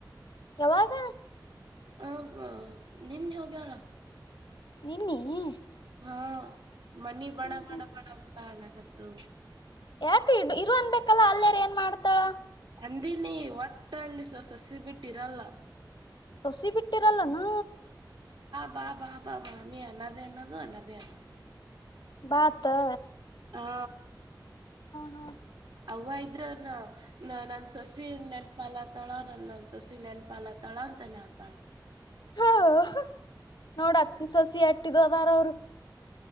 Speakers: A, on the left; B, on the right.
A: ಯಾವಾಗ
B: ಹ ನಿನ್ ಹೋಗ್ಯಾಳ
A: ನಿನ್ನಿ
B: ಹಾ ಮನಿ ಬಣ
A: ಹ್ಮ್
B: ಬಣ
A: ಹ್ಮ್
B: ಬಣ ಬಣ ಹಣ ಕತ್ತು
A: ಯಾಕ ಇ ಇರು ಅನ್ಬೇಕಲ್ಲ ಅಲ್ಲೇಾರ ಏನ್ ಮಾಡ್ತಾಳ
B: ಅಂದಿನಿ ಒಟ್ಟಲ್ಲಿ ಸೊ ಸಸಿ ಬಿಟ್ಟಿರಲ್ಲ
A: ಸೊಸಿ ಬಿಟ್ಟಿರಲ್ಲ ನ
B: ಬಾ ಬಾ ಬಾ ಬಾ ಅಿ ಅನ್ನದೆ ಅನ್ನದು ಅನ್ನದೇ ಅನ್ನದು
A: ಬತೆ
B: ಹಾ
A: ಹಾ
B: ಅವ ಇದ್ರ ನ ನ ನನ್ನ ಸೊಸಿ ನೆನ್ಪಾಲಾತಳ ನನ್ ನನ್ನ ಸೊಸಿ ನೆನ್ಪಾಲತಾಳ ಅಂತ ನತಾಳ
A: ಹೋಹು ನೋಡ ಹತ್ಸೋಸಿ ಸಿ ಅಟ್ಟಿ ದವಾರ ಅವರು